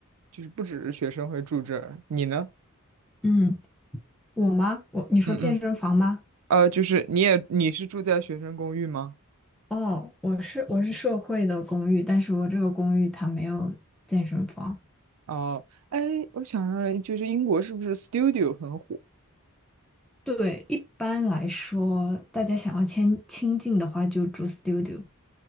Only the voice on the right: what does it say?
就是不只是学生会住这儿。你呢？
嗯嗯，呃，就是你也你是住在学生公寓吗？
哦，哎，我想到了，就是英国是不是 studio 很火？